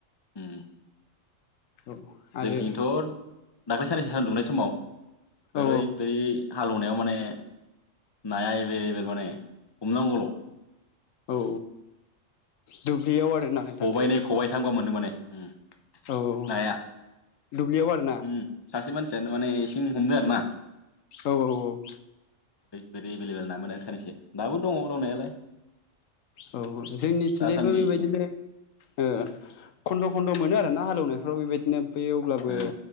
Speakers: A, on the left (about 25°); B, on the left (about 80°).
A: उम।
B: औ। आरो
A: जोंनिथिंथ' दाख्लै साननैसो सान दुंनाय समाव
B: औ
A: ओरैबायदि हालेवनायाव माने नाया एबेललेबेल माने हमनांगौल'
B: औ दुब्लियाव आरोना। नोंथां
A: खबाइनै खबाइथाम गाहाम मोनदों माने उम।
B: औ औ
A: नाया
B: दुब्लियाव आरो।
A: उम सासे मानसियानो माने इसिं हमदो आरो ना।
B: औ औ औ।
A: बिदि एभेलेबेल नामोन आरो थांसै दाबो दङ दंनायालाय।
B: औ जोंनिथिंजायबो
A: दासान्दि
B: बेबायदिनो ओ खन्द' खन्द' मोनो आरो ना हालेवनायफ्राव बेबायदिनो फैयो अब्लाबो
A: उम